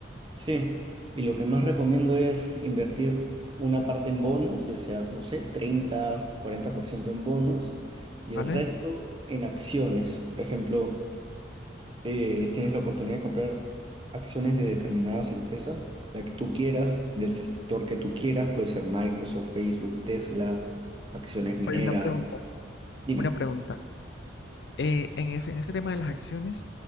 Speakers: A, on the right (about 25°); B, on the left (about 60°).
A: sí, y lo que más recomiendo es invertir una parte en bonos, ya sea, no sé, treinta cuarenta por ciento en bonos y
B: ¿Vale?
A: el resto en acciones. Por ejemplo, eh, tienes la oportunidad de comprar acciones de determinadas empresas, la que tú quieras, del sector que tú quieras, puede ser Microsoft, Facebook, Tesla, acciones mineras.
B: Oye, una pregunta.
A: Dime.
B: Una pregunta. Eh, en ese, en ese tema de las acciones,